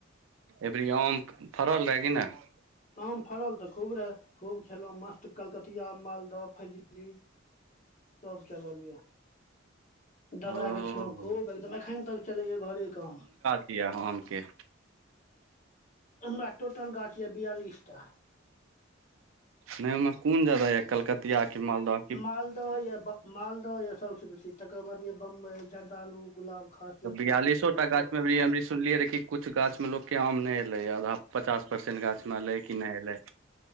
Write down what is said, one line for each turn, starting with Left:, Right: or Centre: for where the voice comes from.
Right: एबरी आम फरल रहे की नहि
Left: आम फड़ल तऽ खूब रहए खूब खेलहुँ मस्त कलकतिया मालदह फजली सब चलल यऽ दबा
Right: ओ
Left: के खेलहुं खूब एकदम अखन तक चलेया घरे के आम
Right: किया आमके
Left: हमरा टोटल गाछ या बेयालीस टा
Right: नहि ओहिमे कोन ज्यादा यऽ कलकतिया कि मालदाह
Left: मालदह य मालदह यऽ सबसे बेसी तकर बाद य बम्बई जर्दालु गुलाब खास यए
Right: तऽ बियालिसोटा
Left: दू दू टा के सभ
Right: गाछ मे अभी हम सुनलियै रिहे कि कुछ गाछमे लोकके आम नहि एलैए आधा पचास परसेंट गाछमे एलै कि नहि एलै